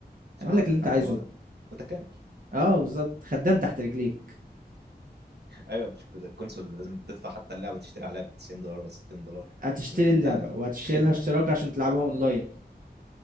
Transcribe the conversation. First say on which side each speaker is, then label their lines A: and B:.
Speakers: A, on the right; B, on the right.
A: صح
B: اعمل
A: عندك
B: لك اللي أنت
A: حق
B: عايزه
A: ان هو متكامل
B: اه بالظبط خدام تحت رجليك
A: ايوه مش كده الكونسول لازم تدفع حتى اللعبه تشتري عليها ب 90 دولار ولا 60 دولار
B: هتشتري
A: انك انت
B: اللعبة وهتشتري
A: خدمه
B: لها اشتراك
A: يعني
B: عشان تلعبها اونلاين